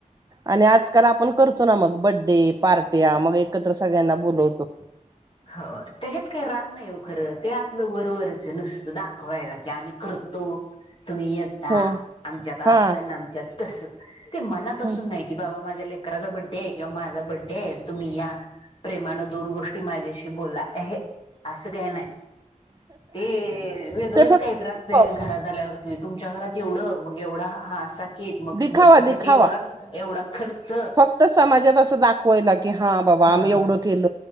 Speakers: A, on the right (about 25°); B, on the left (about 40°).
A: आणि आजकाल आपण करतो ना मग बड्डे पार्टी मग एकत्र सगळ्यांना बोलवतो.
B: हो त्याच्या काय राम नाहीव खरं ते आपलं वरोवरच आहे नस दाखवायला की आम्ही करतो. तुम्ही यता
A: हो
B: आमच्या तस
A: हा
B: ना आमच्या तस ते मनापासून
A: हं.
B: नाही की बाबा मा ्या लेकचा बडे किंवा माझा बडे आहे तुम् या प्रेमान दोन गोी माझ्या बोलला असं काही नाही. ते वेगळेच
A: ते फक्त
B: काही त्रास ते घराात झाल्यावरती तुमच्या घरात एवढं मग एवढा हा असा क मग
A: दिखावा
B: बड्डेसाठीठी
A: दिखावा
B: एवढा एवढा खर्च
A: फक्त समाजात असं दाखवायला की हा बाबा
B: ह
A: आम्ही एवढं केलं